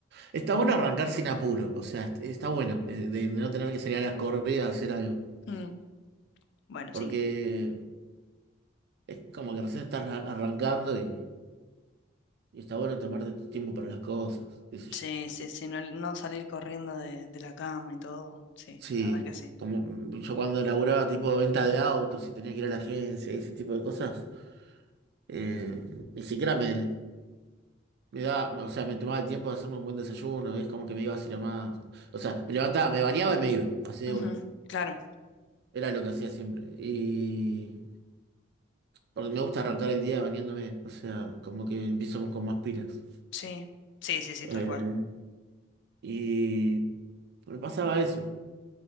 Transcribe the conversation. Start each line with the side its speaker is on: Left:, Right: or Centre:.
Right: Está bueno arrancar sin apuro, o sea, est- está bueno eh, de de no tener que salir a las corridas a hacer algo.
Left: Mm, bueno,
Right: Porque
Left: sí.
Right: es como que recién estás a- arrancando y... Y está bueno tomarte tu tiempo para las cosas, qué sé
Left: Sí,
Right: yo.
Left: sí, sí, no, no salir corriendo de, de la cama y todo. Sí,
Right: Sí,
Left: la verdad que sí.
Right: como mm, yo cuando laburaba tipo de venta de autos y tenía que ir a la agencia y ese tipo de cosas, eh, ni siquiera me, me daba, o sea, me tomaba el tiempo de hacerme un buen desayuno, y es como que me iba así nomás. O sea, me levantaba, me bañaba y me iba, así de
Left: Ujú,
Right: una.
Left: Claro.
Right: Era lo que hacía siempre. Y porque me gusta arrancar el día bañándome, o sea, como que empiezo con más pilas.
Left: Sí, sí, sí, sí,
Right: Eh,
Left: tal cual.
Right: y me pasaba eso,